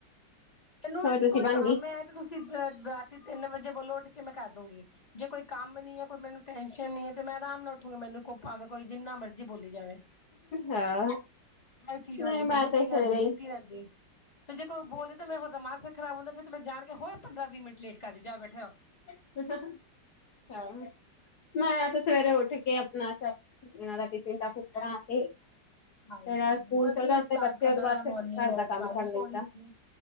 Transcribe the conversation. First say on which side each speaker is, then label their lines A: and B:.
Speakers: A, on the left; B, on the left.
A: ਮੈਨੂੰ ਏ
B: ਹੋਰ
A: ਹੈ ਕਿ
B: ਤੁਸੀਂ
A: ਕੋਈ
B: ਬਣ
A: ਕੰਮ
B: ਗਈ
A: ਐ ਤੇ ਤੁਸੀਂ ਰਾਤੀ ਤਿੰਨ ਵਜੇ ਬੋਲੋ ਉੱਠ ਕੇ ਮੈਂ ਕਰ ਦੂੰਗੀ। ਜੇ ਕੋਈ ਕੰਮ ਨੀ ਐ ਕੋਈ ਮੈਨੂੰ- ਟੈਨਸ਼ਨ ਨੀ ਐ ਤੇ ਮੈਂ ਆਰਾਮ ਨਾਲ ਉੱਠੂੰਗੀ ਮੈਨੂੰ ਪਾਵੇ ਕੋਈ ਜਿੰਨਾ ਮਰਜ਼ੀ ਬੋਲੀ ਜਾਵੇ।
B: ਹਾਂ
A: ਮੈਂ ਵੀ ਟੀਠ
B: ਨਹੀਂ
A: ਹੈਗੀ
B: ਮੈਂ
A: ਫੇਰ ਲੇਟੀ
B: ਤੇ
A: ਰਹਿੰਦੀ-ਲੇਟੀ
B: ਸਵੇਰੇ ਹੀ
A: ਰਹਿੰਦੀ ਫਿਰ ਜੇ ਕੋਈ ਬੋਲਦੇ ਤੇ ਮੈ ਉਹ ਦ ਦਿਮਾਗ਼ ਖਰਾਬ ਹੁੰਦਾ ਫਿਰ ਮੈਂ ਜਾ ਕੇ ਹੋਰ ਪੰਦਰਾਂ-ਵੀਹ ਮਿੰਟ ਲੇਟ ਕਰਦੀ ਜਾ ਬੈਠੇ ਰੋ।
B: ਤੇ ਫਿਰ ਫੈਮਿਲੀ ਮੈਂ ਤੇ ਸਵੇਰੇ ਉੱਠ ਕੇ ਆਪਣਾ ਚ ਤੇ ਏਨਾਂ ਦਾ ਟਿਫਿਨ-ਟਾਫਿਨ ਬਣਾ ਕੇ
A: ਹਾਂਜੀ
B: ਫੇਰ ਇਹ ਸਕੂਲ
A: ਹੁਣ ਅਸੀਂ
B: ਚਲੇ ਜਾਂਦੇ
A: ਸਟਾਰਟ
B: ਬੱਚੇ
A: ਕਰਨਾ
B: ਉਹਦੇ ਬਾਅਦ
A: ਐ
B: ਫਿਰ
A: ਮੋਰਨਿੰਗ
B: ਘਰ
A: ਵੋਕ
B: ਦਾ ਕੰਮ
A: ਬਾਰਿਸ਼
B: ਕਰ ਲਈਦਾ
A: ਹੋ ਰੀ ਸੀ